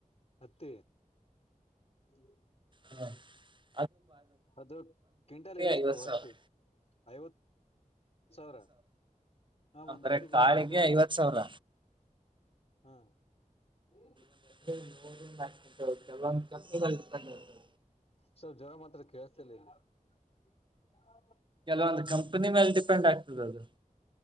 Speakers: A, on the left (about 50°); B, on the right (about 35°).
A: ಹತ್ತ <unintelligible>
B: ಹ್ಮ <unintelligible>
A: ಅದು ಕ್ವಿಂಟಲ್ಗೆ ಎಷ್ಟು
B: ಐವತ್
A: ಹತ್ತಿ
B: ಸಾವಿರ
A: <unintelligible> ಐವತ್ತು ಸಾವಿರ ಹಾ ಒಂದ್
B: ಬರೇ
A: ಎಕರೆಗೆ
B: ಕಾಳಿಗೆ
A: ಎಷ್ಟ್ ಗಂಟಲ್ಲಿ ಬರ್ತತಿ
B: ಐವತ್ ಸಾವಿರ
A: <unintelligible> ಹಾ <unintelligible>
B: ನರ <inaudible>
A: ಸರ್ ಜರ ಮಾತ್ರ ಕೇಳುತ್ತಿಲ್ಲ <unintelligible>
B: ಕೆಲವೊಂದಂದು ಕಂಪನಿ ಮೇಲೆ ಡಿಪೆಂಡ್ ಆಗ್ತದ ಅದು <unintelligible>